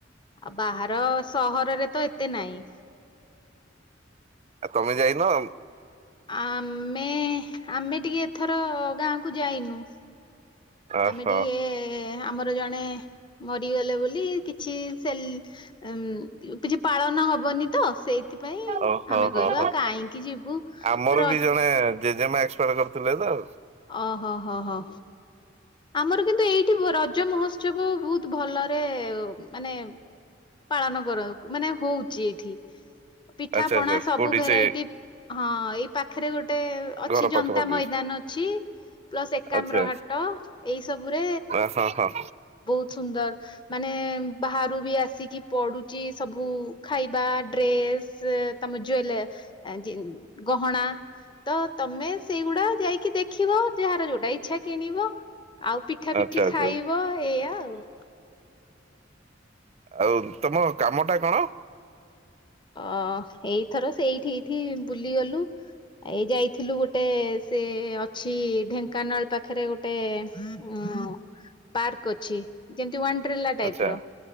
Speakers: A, on the left; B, on the right.
A: ଆଉ ବାହାର ସହରରେ ତ ଏତେ ନାଇଁ।
B: ଆଉ ତମେ ଯାଇନ?
A: ଆମେ ଆମେ ଟିକେ ଏଥର ଗାଁକୁ ଯାଇନୁ।
B: ଓହୋ
A: ଆମେ ଟିକେ ଆମର ଜଣେ ମରିଗଲେ ବୋଲି କିଛି ସେଲ ଉଁ କିଛି ପାଳନ ହବନି ତ ସେଇ ସେଥିପାଇଁ
B: ଓହୋ
A: ଆମେ
B: ହୋ
A: କହିଲୁ
B: ହୋ
A: ଆଉ କାହିଁକି ଯିବୁ
B: ଆମର
A: ରହି
B: ବି ଜଣେ ଜେଜେମା ଏକ୍ସପାଷ୍ଟ କରିଥିଲେ ତ ଆଉ।
A: ଓହୋ ହୋ ହୋ। ଆମର କିନ୍ତୁ ଏଇଠି ରଜ ମହୋତ୍ସବ ବୋହୁତ ଭଲରେ ମାନେ ପାଳନ କରା ମାନେ ହୋଉଚି ଏଇଠି ପିଠା
B: ଆଚ୍ଛା
A: ପଣା
B: ଆଚ୍ଛା
A: ସବୁ
B: କୋଉଠି
A: ଭେରାଇଟି
B: ସେ
A: ହଁ ଏଇ ପାଖରେ ଗୋଟେ ଅଛି
B: ଘର
A: ଜନ୍ତା
B: ପାଖାପାଖି
A: ମଇଦାନ ଅଛି ପ୍ଲସ୍ ଏକାମ୍ର
B: ଆଚ୍ଛା
A: ହାଟ। ଏଇ ସବୁରେ
B: ହଁ ହଁ ହଁ
A: ବୋହୁତ ସୁନ୍ଦର ମାନେ ବାହାରୁ ବି ଆସିକି ପଡ଼ୁଚି ସବୁ ଖାଇବା ଡ୍ରେସ୍ ତମ ଜୁୱେ ଆ ଜିନ୍ ହେଲେ ଗହଣା। ତ ତମେ ସେଇଗୁଡା ଯାଇକି ଦେଖିବ ଯାହାର ଯୋଉଟା ଇଚ୍ଛା କିଣିବ। ଆଉ ପିଠା
B: ଆଚ୍ଛା
A: ପିଠି
B: ଆଚ୍ଛା
A: ଖାଇବ ଏଇଆ ଆଉ।
B: ଆଉ ତମ କାମ ଟା କଣ?
A: ଅ ଏଇଥର ସେଇଠି ଏଇଠି ବୁଲିଗଲୁ। ଏଇ ଯାଇଥିଲୁ ଗୋଟେ ସେ ଅଛି ଢେଙ୍କାନାଳ ପାଖରେ ଗୋ ଟେ ଉଁ ପାର୍କ ଅଛି ଯେମିତି ୱାଣ୍ଡ୍ରେଲା ଟାଇପ
B: ଆଚ୍ଛା
A: ର।